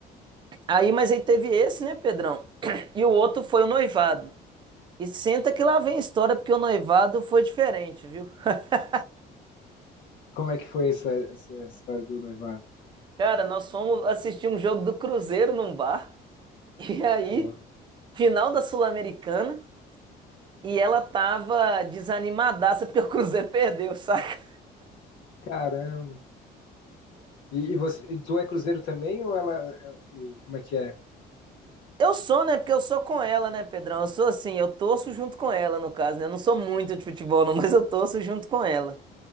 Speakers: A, on the right; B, on the left.
A: Aí, mas aí teve esse, né, Pedrão? <clears throat> E o outro foi o noivado. E senta que lá vem a história, porque o noivado foi diferente, viu? <laughs>
B: Como é que foi essa, essa história do noivado?
A: Cara, nós fomos assistir um jogo do Cruzeiro num bar. <laughs> E aí,
B: Boa.
A: final da Sul-Americana. E ela tava desanimadaça porque o Cruzeiro perdeu, <laughs> saca?
B: Caramba. E, e você, e tu é cruzeiro também ou ela, é o, como é que é?
A: Eu sou, né? Porque eu sou com ela, né, Pedrão? Eu sou assim, eu torço junto com ela, no caso, né? Eu não sou muito de futebol, não, <laughs> mas eu torço junto com ela.